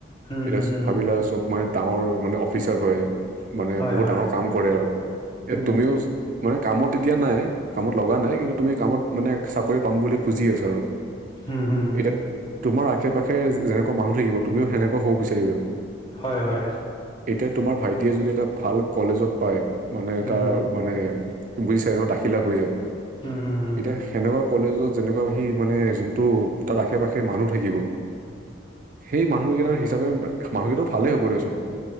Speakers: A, on the left; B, on the right.
A: হুম
B: এতিয়া
A: হুম হুম হুম হুম
B: ভাবিলা চব মই ডাঙৰ মানে অফিচাৰ হয় মানে,
A: হয়
B: বহুত
A: হয়
B: ডাঙৰ কাম কৰে আৰু
A: হুম
B: এ তুমিও মানে কামত এতিয়া নাই কামত লগা নাই কিন্তু তুমি কামত মানে চাকৰি পাম বুলি খুজি আছো আৰু।
A: হুম হুম
B: এতিয়া তোমাৰ আশে পাশে যেনেকুৱা মানুহ থাকিব তুমিও সেনেকুৱা হ'ব বিচাৰিবা।
A: হয় হয়।
B: এ- এতিয়া তোমাৰ ভাইটিয়ে যদি এটা ভাল কলেজত পায় মানে
A: হুম
B: এ তটা মানে বুজিছাই তখিলা হৈ যায়
A: হুম হুম হুম
B: এতিয়া, সেনেকুৱা কলেজত যেনেকুৱা সি মানে যোনটো তাৰ আশে পাশে মানুহ থাকিব। সেই মানুহকেইটাৰ হিচাপে মানুহকেইটাৰ ভালেই হ'ব দিয়াচোন।